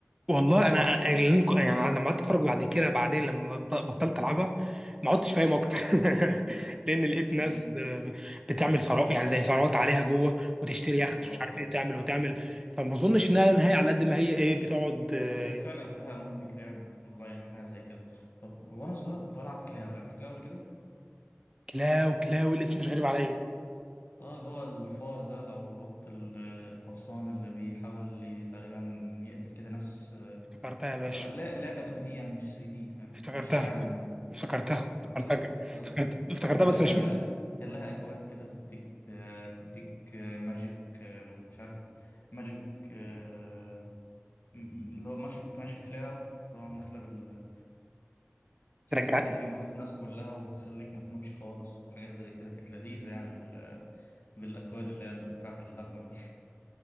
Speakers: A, on the right (about 15°); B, on the left (about 55°).
A: والله انا أنا- اللي أنا- يعني أنا لما قعدت اتفرج بعد كده بعدين لما بط- بطلت العبها ما عدتش فاهم اكتر <laughs> لان لقيت ناس
B: امم
A: آه، بتعمل ثروات يعني زي ثروات عليها جوه وتشتري يخت
B: اه
A: ومش عارف ايه تعمل وتعمل فما اظنش انها نهايه على قد ما هي ايه بتقعد آه،
B: هي فعلا فيها مود بيتلعب اونلاين حاجة زي كده طب وانا صغير كنت بلعب كلاو لعبت كلاو قبل كده
A: كلاو كلاو الاسم مش غريب عليا
B: اه اللي هو الفار ده لو القط ال- القرصان اللي بيحاول ي- تقريبا يقتل كده ناس آه،
A: افتكرتها يا باشا
B: لا لعبة 2D يعني مش 3D فاهم
A: افتكرتها
B: مش عالم
A: افتكرتها
B: افتكرتها
A: افتكرتها
B: اه
A: افتكرتها
B: دي
A: افتكرتها
B: وكان
A: بس
B: لها
A: مش فاكر
B: كان لها اكواد كده تديك تديك ماجيك ومش عارف ماجيك آه، م- اللي هو ماجيك ماجيك كلاو اللي هو المخلب ال- السحري
A: رجع
B: ده بيموت الناس كلها وبتخليك ما تموتش خالص وحاجات زي كده كانت لذيذة يعني بال... بالاكواد اللي هي بتاعت الهاكر دي